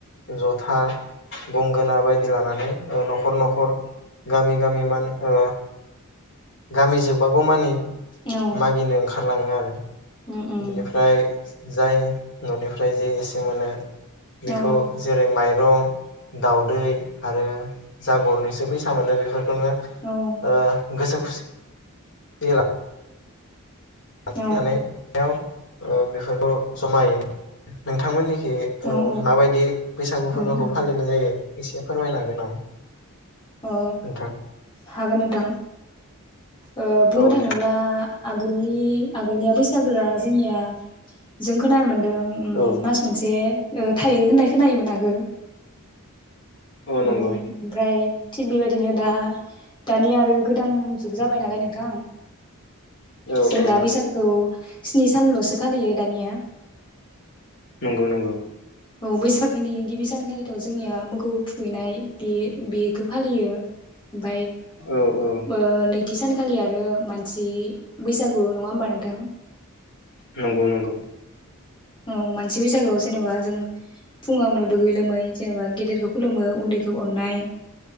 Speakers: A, on the left (about 55°); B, on the left (about 20°).
A: जथा गंगोना बायदि लानानै ओं नखर नखर गामि गामि मान ओ गामि जोबबागौ मानि
B: औ
A: मागिनो ओंखारलाङो आरो
B: उम उम
A: बिनिफ्राय जाय ननिफ्राय जे एसे मोनो बेखौ
B: औ
A: जेरै माइरं दाउदै आरो जा गरनैसो फैसा मोनो बेफोर बेजोंनो ओ
B: औ
A: गोसो खुसि <unintelligible> <unintelligible>
B: औ
A: ओ बेफोरखौ जमायै नोंथांमोननि ओ
B: औ
A: माबायदि बैसागु
B: उम
A: फोरबोखौ
B: उम
A: फालिनाय जायो एसे फोरमायनो हागोन नामा
B: ओ
A: नोंथां?
B: हागोन नोंथां ओ बुंनो
A: औ
B: थाङोब्ला
A: दे
B: आगोलनि आगोलनिया बैसागोआ जोंनिया जों खोनानो मोन ओं उम
A: औ
B: मास मोनसे ओ थायो होननाय खोनायोमोन आगोल
A: औ नंगौ
B: उम ओमफ्राय थिग बेबायदिनो दा दानि आरो गो गोदान जुग जाबाय नालाय नोंथां
A: औ
B: जों
A: औ
B: दाब बैसागोखौ स्नि सानल'सो फालियो दानिया
A: नंगौ नंगौ
B: औ बैसागोनि गिबि सानखालिथ जोंनिया मोखौ थुखैनाय बे बेखौ फालियो ओमफ्राय
A: औ औ
B: ओ नै नैथि सानखालि आरो मानसि बैसागु नङा होमबा नोंथां
A: नंगौ नंगौ
B: औ मानसि बैसागोआव जेनेबा जों फुङावनो दुगै लोमै जेनेबा गेदेरखौ खुलुमो उन्दैखौ अननाय